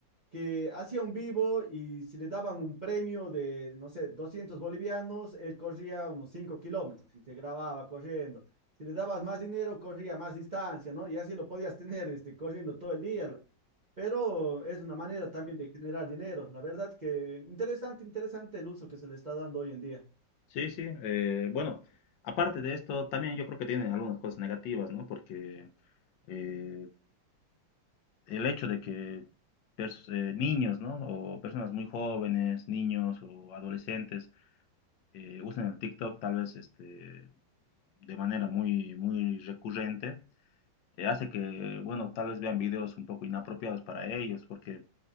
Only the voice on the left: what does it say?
Sí, sí. eh, bueno, aparte de esto, también yo creo que tiene algunas cosas negativas, ¿no? Porque eh, el hecho de que pers- eh, niños, ¿no? O personas muy jóvenes, niños o adolescentes eh, usan el TikTok tal vez este, de manera muy, muy recurrente, eh, hace que, bueno, tal vez vean videos un poco inapropiados para ellos, porque